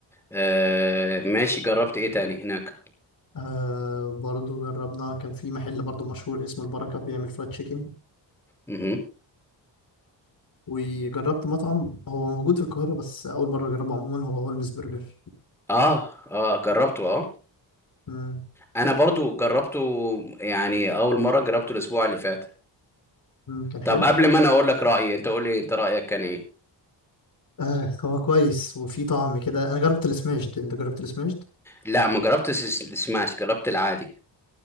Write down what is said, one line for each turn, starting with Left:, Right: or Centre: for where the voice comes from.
Centre: آه ماشي جربت ايه تاني هناك
Left: آه برضو جربنا كان في محل برضو مشهور اسمه البركة بيعمل فرايد تشيكن
Centre: امم
Left: وجربت مطعم هو موجود في القاهرة بس أول مرة أجربه عموما هو هولمز برجر
Centre: اه اه جربته اه
Left: مم،
Centre: انا برضو جربته يعني اول مرة جربته الاسبوع اللي فات
Left: مم، كان
Centre: طب
Left: حلو
Centre: قبل ما انا اقول لك رأيي انت قول لي انت رأيك كان ايه
Left: آه هو كويس وفي طعم كده انا جربت السماشد انت جربت السماشد
Centre: لا ما جربتش الس- السماش جربت العادي